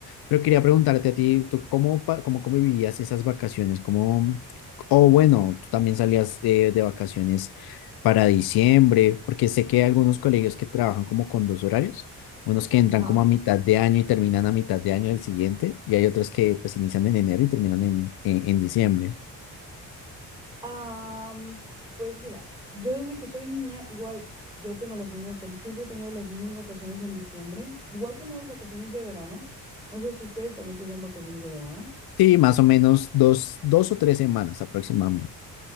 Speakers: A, on the left; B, in the centre.
A: Pero quería preguntarte a ti, ¿tú cómo, pa- cómo, cómo vivías esas vacaciones? ¿Cómo, o bueno, tú también salías de, de vacaciones para diciembre, porque sé que hay algunos colegios que trabajan como con dos horarios. Unos que entran
B: ajá.
A: como a mitad de año y terminan a mitad de año del siguiente, y hay otros que pues inician en enero y terminan en, en- en diciembre.
B: Am, pues mira, yo desde que soy niña, igual yo tengo las mismas, ten- siempre he tenido las mismas vacaciones en diciembre. Igual tenemos vacaciones de verano. No sé si ustedes también tienen vacaciones de verano.
A: Sí, más o menos dos, dos o tres semanas aproximadamente.